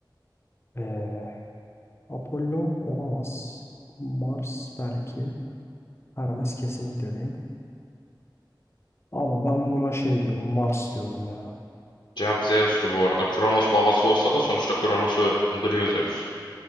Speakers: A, on the left; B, on the left.
A: Ee, Apollo olamaz. Mars belki. Hermes kesinlikle değil. Abi ben buna şey diyorum. Mars diyorum ya.
B: Cevap Zeus'tu bu arada. Kronos babası olsa da sonuçta Kronos'u öldürüyor Zeus.